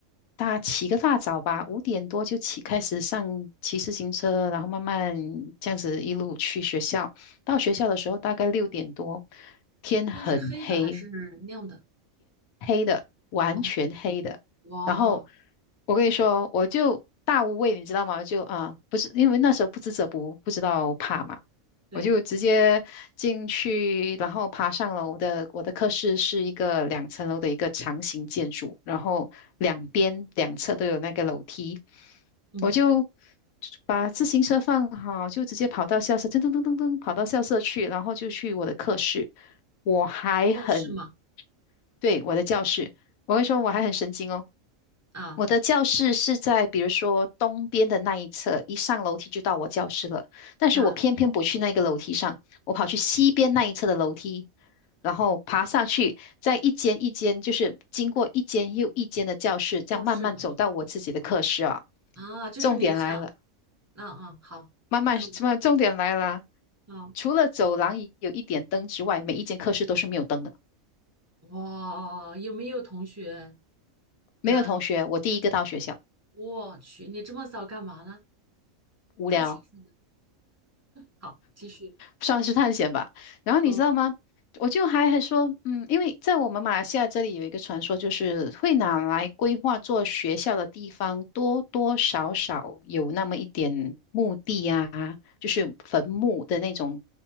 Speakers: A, on the left; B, on the right.
A: 大起个大早吧，五点多就起开始上骑自行车，然后慢慢这样子一路去学校。到学校的时候大概六点多，天很黑，
B: 天是黑的还是亮的？
A: 黑的，完全黑的。
B: 哦哇，
A: 然后我跟你说，我就大无畏，你知道吗？就啊，不是因为那时候不知者不不知道怕嘛，
B: 对，
A: 我就直接进去，然后爬上楼的。我的课室是一个两层楼的一个长形建筑，然后两边两侧都有那个楼梯，
B: 嗯，
A: 我就。把自行车放好，就直接跑到校舍，噔噔噔噔噔，跑到校舍去，然后就去我的课室。我还很
B: 教室嘛，
A: 对，我的教室，我会说我还很神经哦。
B: 啊
A: 我的教室是在比如说东边的那一侧，一上楼梯就到我教室了。但是我偏偏不去那个楼梯上，
B: 啊，
A: 我跑去西边那一侧的楼梯，然后爬上去，在一间一间，就是经过一间又一间的教室，这样慢慢走到我自己的课室啊。
B: 教室啊啊，就是你想，
A: 重点来了，
B: 啊嗯，好说。
A: 慢慢什么？重点来了，
B: 啊
A: 除了走廊有一点灯之外，每一间课室都是没有灯的，
B: 哇，有没有同学人？
A: 没有同学，我第一个到学校，
B: 我去，你这么早干嘛呢？
A: 无聊。
B: 太勤奋了。好，继续。
A: 算是探险吧。然后你知道吗？
B: 嗯
A: 我就还还说，嗯，因为在我们马来西亚这里有一个传说，就是会拿来规划做学校的地方，多多少少有那么一点墓地啊，就是坟墓的那种